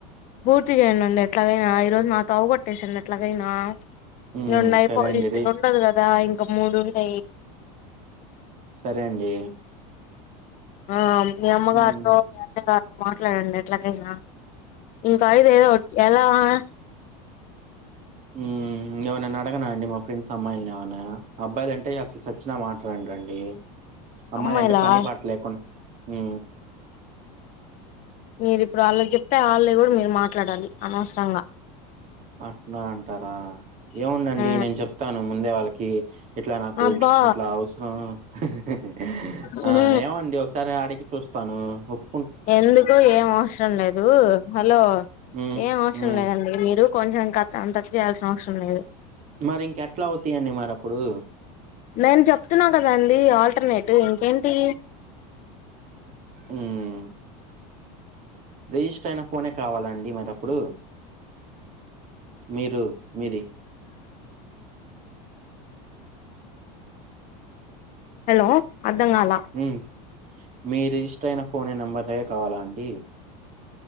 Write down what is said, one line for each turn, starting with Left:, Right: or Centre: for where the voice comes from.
Left: పూర్తి చేయడిండి ఎట్లాగైనా ఈ రోజు నా తవ కొట్టేసడి ఎట్లాగైనా
Right: హ్మ్
Left: రొండుఐపో
Right: సరే అండి
Left: యయ్ ఇది
Right: రే
Left: రెండవది కదా ఇంకా ఒక మూడుంటాయ్.
Right: సరే అండి
Left: ఆ మీ అమ్మ
Right: హ్మ్
Left: గారితో మీ అన్న గారి మాట్లాడండి ఏట్లగైన ఇంకా ఐదు ఏదోఓటి ఎలా మరి
Right: ఉం ఏవారినన్న అడగనా అండి మా ఫ్రెండ్స్ అమ్మాయిలని ఏవరినైన అబ్బాయిలు అంటే అసలు సచ్చిన మాట్లాడండి అమ్మాయిలు
Left: అమ్మాయిలా
Right: అంటే పని పాట లేకుండా ఉ
Left: మీరు ఇప్పుడు వాళ్ళకి చెప్తే వాళ్ల కూడా మీరు మాట్లాడాలి అనవసరంగా
Right: అట్నా అంటారా ఏముండండి
Left: ఆ
Right: నేను చెప్తాను ముందే వాళ్ళకి కి ఇట్లా నాకు
Left: అబ్బా
Right: ఇట్లా అవసరం <inaudible>
Left: ఉమ్
Right: ఆ ఏమండి ఒకసారి ఆడికి చూస్తాను ఒప్పు
Left: ఎందుకు ఏం అవసరం లేదు హలో
Right: హ్మ్
Left: ఏం అవసరం
Right: హ్మ్
Left: లేదండి మీరు కొంచెం <unintelligible> అంత చేయాల్సిన అవసరం లేదు
Right: మరి ఇంక ఎట్లా అవుతాయండి మరి అప్పుడు
Left: నేను చెప్తున్నా కదాండి ఆల్టర్నేటివ్ ఇంకేంటి
Right: ఉమ్మ్ రిజిస్టర్ అయిన ఫోనే కావాలండి మరి అప్పుడు మీరు మీది
Left: హలో అర్థంకాలే
Right: హ్మ్. మీ రిజిస్ట అయిన ఫోనే నంబర్ లే కావాలా అండి